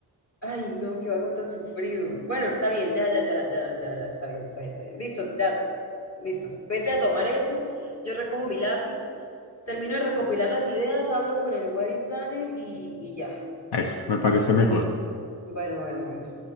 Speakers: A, on the left; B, on the left.
A: ay, no, qué vago tan sufrido. Bueno, está bien, ya, ya, ya, ya, ya, ya, está bien, está bien, está bien. Listo, ya, listo. Vete a tomar eso, yo recojo mi lápiz, termino de recopilar las ideas, hablo con el wedding planner y, y ya.
B: Eso, me parece mejor.
A: Bueno, bueno, bueno.